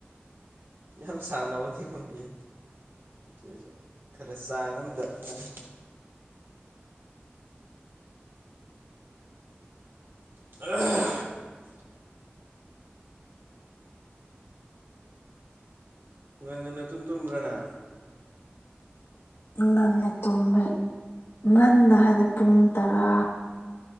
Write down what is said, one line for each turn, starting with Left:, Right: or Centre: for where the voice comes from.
Right: ꯌꯥꯝ ꯁꯥꯟꯅꯕ ꯊꯦꯡꯉꯣꯟꯗꯦ ꯑꯗꯨꯁꯨ ꯈꯔ ꯆꯥꯡ ꯑꯃꯗ ꯉꯝꯃꯤ <unintelligible> ꯉꯟ ꯉꯟꯅ ꯇꯨꯝ ꯇꯨꯝꯕ꯭ꯔꯅ
Left: ꯉꯟꯅ ꯇꯨꯝꯃꯦ ꯉꯗ ꯍꯥꯏꯗꯤ ꯄꯨꯡ ꯇꯔꯥ